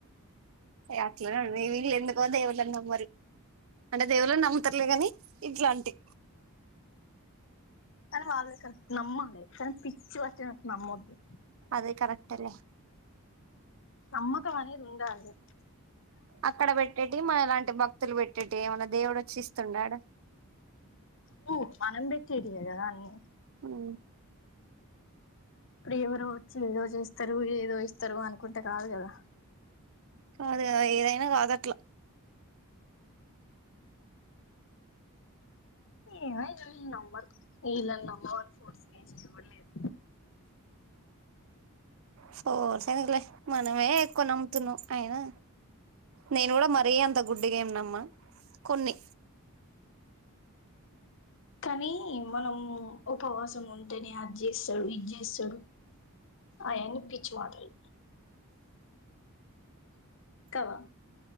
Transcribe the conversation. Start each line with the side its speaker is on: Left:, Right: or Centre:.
Right: అట్లనే న వీళ్ ఎందుకో దేవుళ్ళను నమ్మరు అంటే దేవుళ్లనమ్ముతారు లే గని ఇట్లాంటి
Left: వాళ్లే కరెక్ట్ నమ్మాలి కానీ పిచ్చి పట్టినట్టు నమ్మద్దు
Right: అదే కరెక్టే లే
Left: నమ్మకం అనేది ఉండాలె
Right: అక్కడ పెట్టేటి మన ఇలాంటి భక్తులు పెట్టేటి ఏమైన్నా దేవుడు వచ్చి ఇస్తున్ద
Left: బో మనం పెట్టేటివి కదా అన్ని
Right: అఓ
Left: ఇప్పుడు ఎవరు వచ్చి ఏదో చేస్తారు ఏదో ఇస్త ఇస్తరు అనుకుంటే కాదు కదా
Right: కాదు ఏదైనా కాదట్లా
Left: ఏమో గాని నమ్మరు వీళ్ళు నమ్మమని ఫోర్సు చేసేది కూడా లేదు
Right: ఫోర్ ఎందుకులే మనమే ఎక్కువ నమ్ముతున్నా అయినా నేను కూడా మరీ అంత గుడ్డి గా ఏమనమ్మా కొన్ని
Left: కానీ మనం ఉపవాసం ఉంటేనే అది చేస్తాడు ఇది చేస్తాడు అయన్ని పిచ్చి మాటలు కాదా